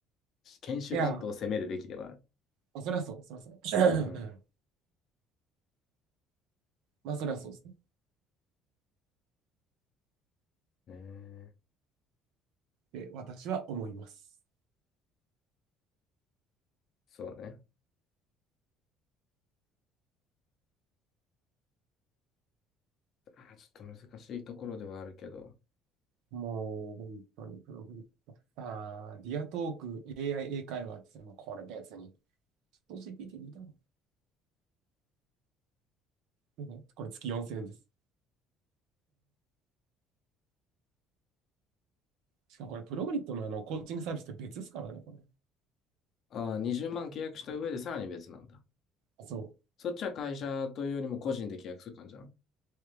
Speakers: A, on the left; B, on the right.
A: 研修担当を責めるべきではある。
B: いやー、まあ、そりゃそう、そりゃそう。<laughs>
A: うん。
B: うんまあ、そりゃそうですね。
A: ねえ
B: で、私は思います。
A: そうね。あー、ちょっと難しいところではあるけど。
B: もう、本当に、プログリッター、ディアトーク、AI 英会話ですね。もうこれ別に、GPT にいたの。ねこれ月4000円です。しかもこれ、プログリッドのあのコーチングサービスと別ですからね、これ。
A: ああ、20万契約した上でさらに別なんだ。
B: そ
A: そっちは会社というよりも個人で契約する感じなの